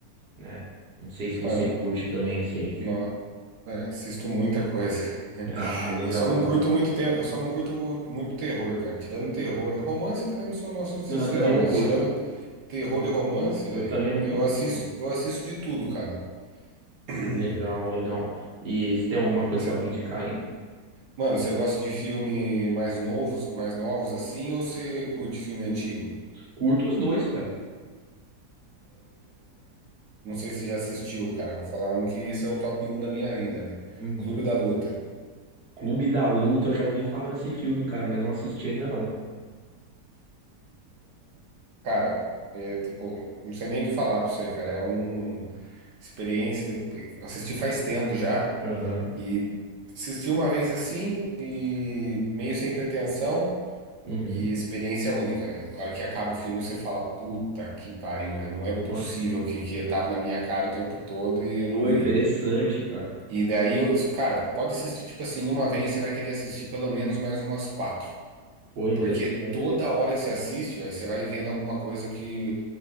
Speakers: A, on the right; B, on the right.
A: né? Não sei se você
B: Mano,
A: curte também esse.
B: no- é, assisto muita coisa. <laughs>
A: <laughs> Ah, legal,
B: Eu só não
A: legal.
B: curto muito, te- eu só não curto muito terror, cara. Tirando terror, romance também não sou nosso de assistir
A: Não, eu também
B: não,
A: não
B: mas
A: curto.
B: tirando terror e romance, velho,
A: Eu também não curto
B: eu assisto,
A: muito, não.
B: eu assisto de tudo, cara. <clears throat>
A: Legal, legal. E você tem alguma coisa
B: Cê-
A: pra me indicar aí?
B: mano, você gosta de filme mais novos, mais novos assim, ou você curte filme antigo?
A: Curto os dois, cara.
B: Não sei se já assistiu, cara. Vou falar um que esse é o top um da minha vida, velho.
A: Uhum.
B: Clube da Luta.
A: Clube da Luta, eu já ouvi falar nesse filme, cara, mas não assisti ainda não.
B: Cara, é tipo, não sei nem o que falar pra você, cara. É uma experiência. De... eu Assisti faz tempo já.
A: Aham.
B: E assisti uma vez assim, e meio sem pretensão,
A: Uhum.
B: e experiência única, velho. A hora que acaba o filme, você fala, puta que pariu, velho. não é
A: Pô,
B: possível que, que tava na minha cara o tempo todo e eu
A: pô,
B: não vi.
A: interessante, cara.
B: E daí eu, cara, pode assistir, tipo assim, uma vez, você vai querer assistir pelo menos mais umas quatro.
A: Pô, interessante.
B: Porque toda hora que você assiste, velho, você vai vendo alguma coisa que.